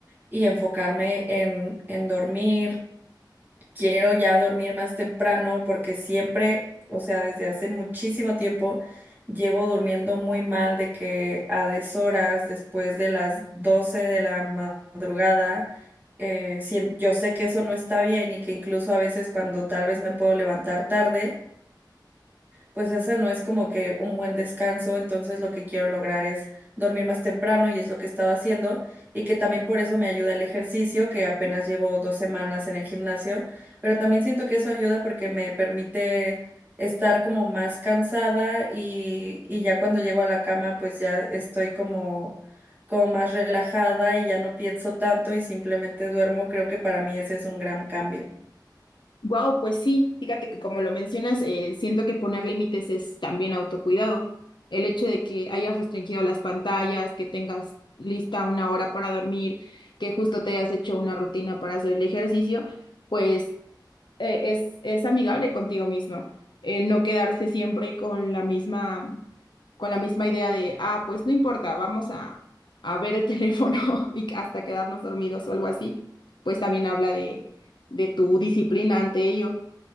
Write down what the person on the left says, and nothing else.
Wow, pues sí, fíjate que como lo mencionas, eh, siento que poner límites es también autocuidado. El hecho de que hayas restringido las pantallas, que tengas lista una hora para dormir, que justo te hayas hecho una rutina para hacer el ejercicio, pues eh, es, es amigable contigo mismo. El no quedarse siempre con la misma con la misma idea de, ah, pues no importa, vamos a, a ver el <laughs> teléfono y hasta quedarnos dormidos o algo así, pues también habla de, de tu disciplina ante ello.